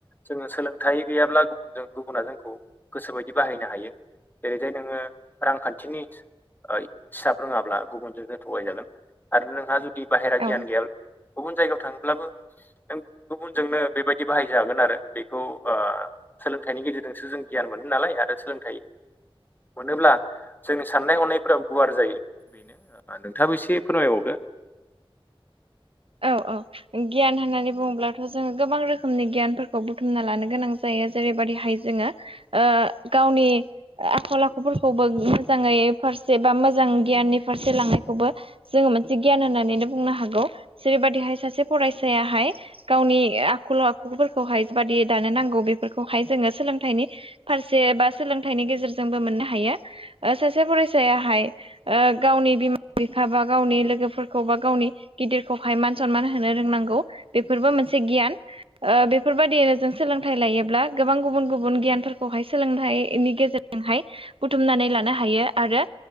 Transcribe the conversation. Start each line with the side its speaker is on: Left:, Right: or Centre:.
Left: जोङो सोलोंथाइ गैयाब्ला गुबुनजों गुबुना जोंखौ गोसोबायदि बाहायनो हायो। जेरैजाय नोङो रांखान्थिनि हिसाब रोङाब्ला गुबुनजों जों थगायजागोन आरो नोंहा जुदि बाहेरा
Right: औ
Left: गियान गैयाब्ला गुबुन जायगायाव थाङोब्लाबो नों गुबुनजोंनो बेबायदि बाहायजागोन आरो बेखौ ओ सोलोंथाइनि गेजेरजोंसो जों गियान मोनो नालाय आरो सोलोंथाइ मोनोब्ला जोंनि साननाय हनायफोरा गुवार जायो बेनो नोंथाङाबो एसे फोरमायबावदो।
Right: औ औ गियान होननानै बुङोब्ला थ जोङो गोबां रोखोमनि गियानफोरखौ बुथुमना लानो गोनां जायो जेरैबायदि हाइ जोङो ओ गावनि आखल आखुफोरखौबो मोजाङै फार से बा मोजां गियाननि फारसे लांनायखौबो जोङो मोनसे गियान होननानैनो बुंनो हागौ जेरैबायादिहाय सासे फरायसायाहाय गावनि आखल आखुफोरखौहाय बेबादि दानो नांगौ बेफोरखौहाय जोङो सोलोंथाइनि फारसे बा सोलोंथाइनि गेजेरजोंबो मोननो हायो सासे फरायसायाहाय ओ गावनि बिमा बिफा बा गावनि लोगोफोरखौ बा गावनि गिदिर सहाय मान सनमान होनो रोंनांगौ बेफोरबो मोनसे गियान। ओ बेफोरबायदियैनो जों सोलोंथाइ लायोब्ला गोबां गुबुन गुबुन गियानफोरखौहाय सोलोंथाइनि गेजेर जोंहाय बुथुमनानै लानो हायो आरो